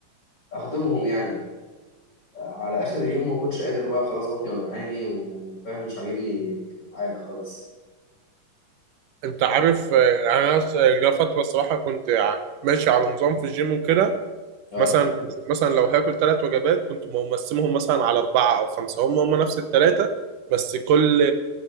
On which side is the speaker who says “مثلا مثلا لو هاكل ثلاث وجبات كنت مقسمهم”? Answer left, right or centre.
Right